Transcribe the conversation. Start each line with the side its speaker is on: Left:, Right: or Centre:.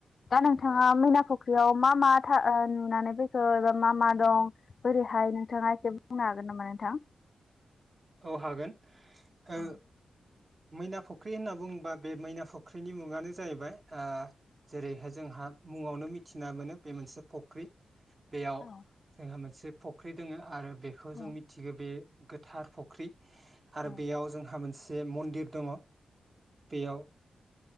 Left: दा नोंथाङा मैना फुख्रियाव मा मा था नुनानै फैखो एबा मा मा दं बोरैहाय नोंथाङा एसे बुंनो हागोन नामा नोंथां?
Right: औ हागोन ओ
Left: औ
Right: मैना फुख्रि होनना बुङोबा बे मैना फुख्रिनि मुङानो जाहैबाय ओ जेरैहाय जोंहा मुङावनो मिथिना मोनो बे मोनसे फख्रि बेयाव
Left: औ
Right: जोंहा मोनसे फख्रि दोङो आरो। बेखौ
Left: औ
Right: जों मिथिगौ बे गोथार फ ख्रि आरो
Left: औ
Right: बेयाव जोंहा मोनसे बे मन्दिर दङ बेयाव